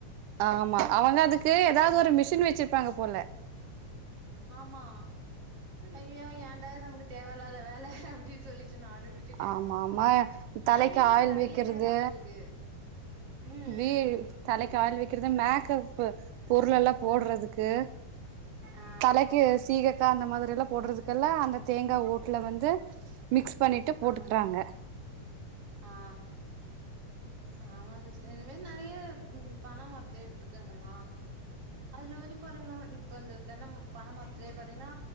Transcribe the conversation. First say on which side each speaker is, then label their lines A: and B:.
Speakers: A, on the right; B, on the right.
A: ஆமா அவங்க அதுக்கு
B: தேய்ச்சிருவாங்க
A: ஏதாவது ஒரு மிஷின் வச்சிருப்பாங்க போல
B: ஆமா ஐயோ ஏண்டா இது நமக்கு தேவயில்லாத வேலை அப்டி சொல்லி நானு விட்டுட்ட
A: ஆமா ஆமா
B: ஏன்னா
A: தலைக்கு
B: வீட்ல
A: ஆயில்
B: நறைய
A: வைக்கிறது
B: தேங்கா மீறுது ம்
A: வீ
B: ம்
A: தலைக்கு ஆயில் வெக்கறது மேக்கப் பொருலெல்லா போடறதுக்கு
B: ஆ
A: தலைக்கு சீக க அந்த மாதிரில்லா போடுறது ல்லா அந்த தேங்கா ஓட்டுல வந்து மிக்ஸ் பண்ணிட்டு போட்டுக்கறாங்க
B: ஆ ஆ ஆ ஆமா சிஸ் இந்த மாரி நறைய இந்த பன மரத்த எடுத்துக்கங்கன அதுல வந்து பாருங்கன இப்ப இந்த தென்ன பனை மரத்திலேயே பாத்தீங்கன்னா